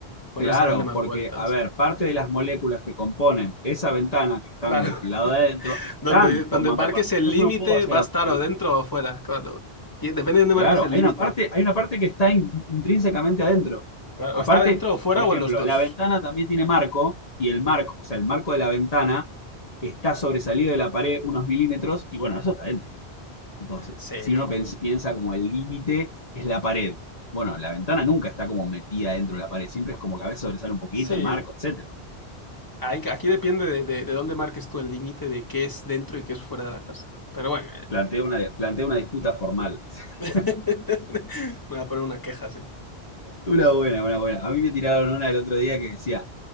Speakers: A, on the left; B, on the left.
A: ponerse
B: claro,
A: a darle más
B: porque,
A: vueltas.
B: a ver, parte de las moléculas que componen esa ventana que están
A: Claro.
B: del lado
A: <laughs>
B: de adentro están
A: Donde, donde
B: formando
A: marques
B: parte, entonces
A: el límite
B: yo no puedo hacer
A: va
B: absoluto.
A: a estar o dentro o afuera, claro. Y Depende de dónde
B: Claro,
A: marques el
B: hay
A: límite.
B: una parte, hay una parte que está in- intrínsecamente adentro.
A: Claro,
B: Aparte,
A: o está dentro o fuera
B: por ejemplo,
A: o en los dos.
B: la ventana también tiene marco y el marco, o sea, el marco de la ventana está sobresalido de la pared unos milímetros y bueno, eso está adentro. Entonces,
A: Sí,
B: si
A: no.
B: uno pens- piensa como el límite es la pared, bueno, la ventana nunca está como metida dentro de la pared, siempre es como que a veces sobresale un poquito
A: Sí,
B: el marco, etcétera.
A: ahí- aquí depende de, de- de dónde marques tú el límite de qué es dentro y qué es fuera de la casa. Pero bueno, eh,
B: Plantea una, plantea una disputa formal. <laughs>
A: <laughs> me voy a poner una queja así.
B: Una buena, una buena. A mí me tiraron una el otro día que decía,